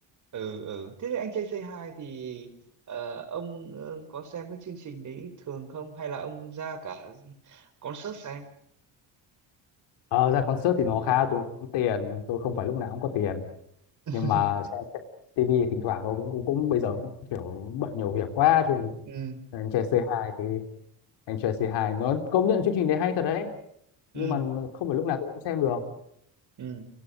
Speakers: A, on the right; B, on the left.
A: ừ, ừ. Thế thì Anh Trai Say Hi thì ờ, ông ờ, có xem cái chương trình đấy thường không? Hay là ông ra cả concert xem?
B: ờ, ra concert thì nó khá tốn tiền tôi không phải lúc nào cũng có tiền
A: <laughs>
B: nhưng mà xem, xem TV thỉnh thoảng thôi cũng, cũng cũng bây giờ cũng kiểu bận nhiều việc quá cho nên
A: ừ
B: anh trai c hai thì anh trai c hai nó công nhận chương trình đấy hay thật đấy
A: ừ
B: nhưng mà không phải lúc nào tôi cũng xem được
A: ừ